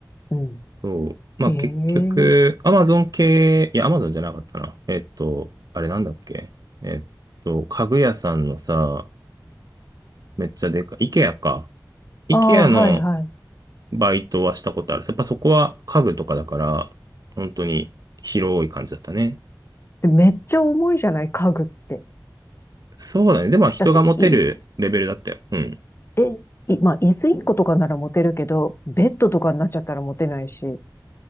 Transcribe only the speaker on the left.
うん。
へえ。
ああ、
はいはい。
でめっちゃ重いじゃない、家具って。
だって、い、
え、い、まあ、椅子1個とかなら持てるけど、ベッドとかになっちゃったら持てないし。